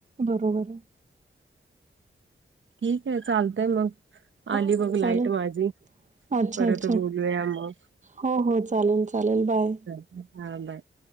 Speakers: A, on the right; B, on the right.
A: बरोबर आहे.
B: ठीक आहे चालतंय मग
A: हो,
B: आली
A: हो,
B: बघ लाईट
A: चालेल.
B: माझी
A: अच्छा
B: परत
A: अच्छा
B: बोलूया मग.
A: हो हो चालेल चालेल बाय
B: हा बाय